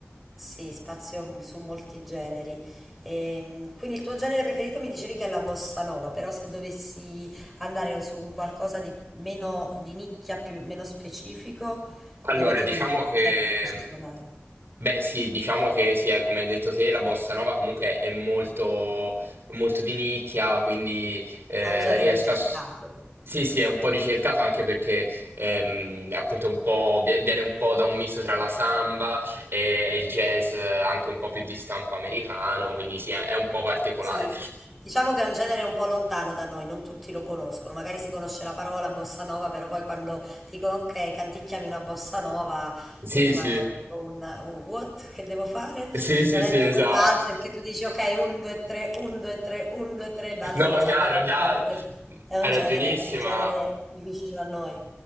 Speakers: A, in the centre; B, on the right.
A: sì, spazio mm, su molti generi. Ehm, quindi il tuo genere preferito mi dicevi che è la bossa nova, però se dovessi andare su un qualcosa di meno di nicchia, più, meno specifico,
B: Allora,
A: dove ti
B: diciamo
A: rivedi?
B: che,
A: Cos'è che ti piace suonare?
B: beh sì, diciamo che sì, eh, come hai detto te, la bossa nova comunque è molto, molto di nicchia, quindi eh,
A: È un genere
B: la riesco
A: ricercato.
B: a... s- Sì, sì, è un po' ricercato anche perché ehm, appunto è un po', vie- viene un po' da un misto tra la samba e, e il jazz, eh, anche un po' più di stampo americano, quindi sì, è è un po' particolare.
A: Sì, diciamo che è un genere un po' lontano da noi, non tutti lo conoscono, magari si conosce la parola bossa nova, però poi quando dicono ok, canticchiami una bossa nova,
B: Sì,
A: eh, rimangono
B: sì.
A: tipo un "Oh, what che devo fare?
B: Sì, sì,
A: Non è
B: sì,
A: tipo
B: esatto.
A: il valzer che tu dici ok, 1, 2, 3, 1, 2, 3, 1, 2, 3, il valzer
B: No,
A: lo sanno
B: chiaro,
A: tutti,
B: chiaro.
A: ma perché è un
B: Hai
A: genere,
B: ragionissima.
A: è un genere più vicino a noi.